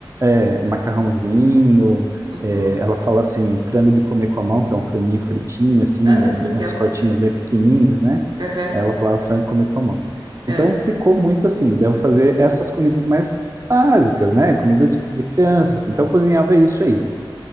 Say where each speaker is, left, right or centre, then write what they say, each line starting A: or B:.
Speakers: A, on the right; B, on the right.
A: É, macarrãozinho.
B: Uhum.
A: é, ela fala assim, frango de comer com a mão, que é um franguinho fritinho, assim,
B: Ah,
A: né,
B: que legal.
A: uns cortinhos bem pequenininhos, né?
B: Aham,
A: Aí ela falava frango de comer com a mão.
B: é.
A: Então ficou muito assim, devo fazer essas comidas mais básicas, né? Comida de, de criança, assim. Então eu cozinhava isso aí.